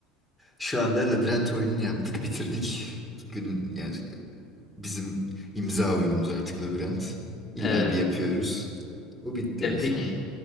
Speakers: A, in the centre; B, on the left.
A: Şu anda Labirent oyununu yaptık, bitirdik. Gün, yani bizim imza oyunumuz artık Labirent. İlla
B: Evet.
A: bir yapıyoruz. O bitti
B: Ya
A: en son.
B: peki